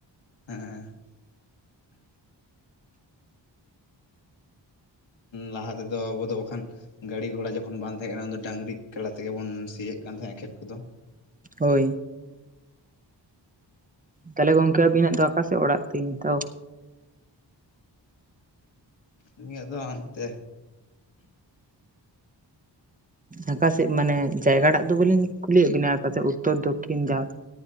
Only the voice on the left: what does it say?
ᱦᱮᱸ᱾ ᱞᱟᱦᱟ ᱛᱮᱫᱚ ᱟᱵᱚ ᱫᱚ ᱵᱟᱠᱷᱟᱱ ᱜᱟᱹᱲᱤ ᱜᱷᱚᱲᱟ ᱡᱚᱠᱷᱚᱱ ᱵᱟᱝ ᱛᱮᱦᱮᱸ ᱠᱟᱱᱟ ᱩᱱ ᱫᱚ ᱰᱟᱹᱝᱨᱤ ᱠᱟᱲᱟ ᱛᱮᱜᱮ ᱵᱚᱱ ᱥᱤᱭᱮᱜ ᱠᱟᱱ ᱛᱟᱦᱮᱸ ᱟ ᱠᱷᱮᱛ ᱠᱚᱫᱚ᱾
ᱤᱧᱟᱹᱜ ᱫᱚ ᱦᱟᱱᱛᱮ᱾